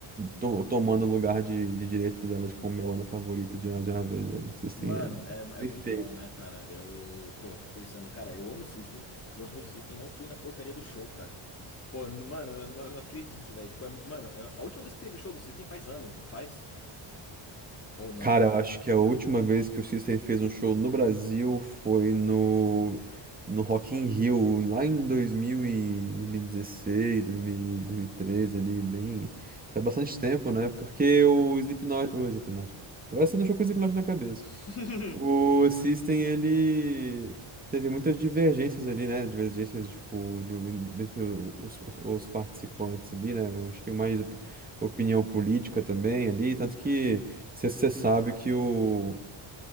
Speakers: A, on the right; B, on the left.
A: to- tomando o lugar de, de direito dela de como minha banda favorita de, uma- de uma vez, velho. System
B: Mano,
A: é
B: é, é
A: perfeito.
B: muito bom, né, cara? Eu, pô, eu fico pensando, cara, eu amo System, gosto muito de System, não fui na porcaria do show, cara. Pô, n- mano, eu não eu não acredito, velho. Tipo, é- mano, é- a última vez que teve show do System faz anos, não faz? Ou não?
A: Cara, eu acho que a última vez que o System fez um show no Brasil foi no, no Rock in Rio, lá em 2000 e 2016, 2000 2013, ali, bem... Faz bastante tempo, né? Porque o Slipknot... O Slipknot... Agora você deixou com o Slipknot na cabeça.
B: <laughs>
A: O System, ele teve muitas divergências ali, né? Divergências, tipo, de, entre os, os- os participantes ali, né? Eu acho que é mais op- opinião política também ali. Tanto que você sabe que o,